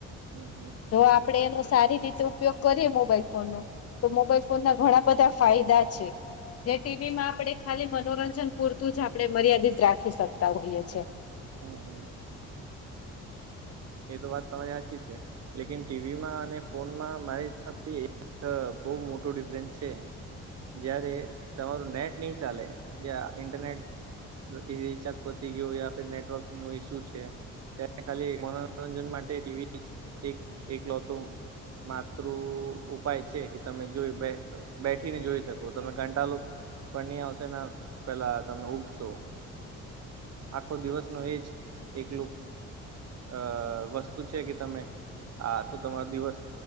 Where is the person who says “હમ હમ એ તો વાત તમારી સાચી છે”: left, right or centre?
Right